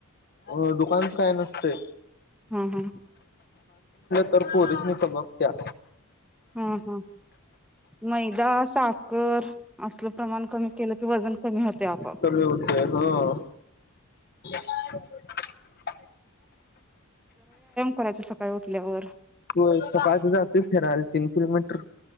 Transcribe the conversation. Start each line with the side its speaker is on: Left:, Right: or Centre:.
Left: अ दुकानच काय नसतय
Centre: हम्म हम्म
Left: तर पोरिसनी तबकत्या
Centre: हम्म मैदा अस <unintelligible> कर असलं प्रमाण कमी केलं की वजन कमी होते आपआप
Left: कमी होते ह <inaudible>
Centre: करायचं सकाळी उठल्यावर
Left: होय सकाळच जातोय फिरायला, तीन किलोमीटर